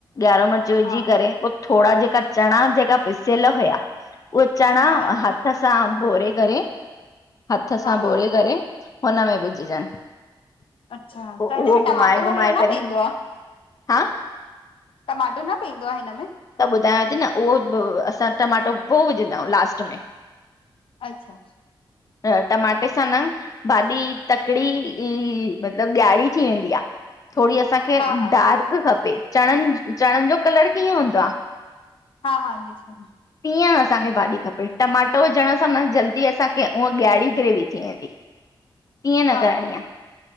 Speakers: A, on the left; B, on the left.
A: ॻाढो मिर्च विझी
B: हा
A: करे पोइ थोड़ा जेका चणा जेका पिसियल हुया उहे चणा
B: हा
A: हथ हथ सां ॿोरे करे, हथ
B: हा
A: सां
B: हा
A: ॿोरे करे हुन में विझजनि।
B: अच्छा,
A: पो उहो
B: त हिन में
A: घुमाए
B: टमाटो
A: घुमाए
B: वग़ैरह न
A: करे
B: पएंदो आ?
A: हा।
B: टमाटो न पइंदो आ हिन में?
A: त ॿुधायांव थी न उहो असां टमाटो पोइ विझंदा आहियूं लास्ट में।
B: अच्छा।
A: त टमाटे सां न भाॼी तकड़ी ई मतिलबु ॻियारी थी वेंदी आ। थोड़ी असांखे
B: हा हा
A: डार्क खपे, चणनि-चणनि जो कलर कीअं हूंदो आ?
B: हा-हा, ॾिसंदम।
A: तीअं असांखे भाॼी खपे टमाटो विझण सां न जल्दी असांखे उअं ॻाढ़ी ग्रेवी थी वेंदी। ईअं न
B: हा
A: करणी
B: हा
A: आ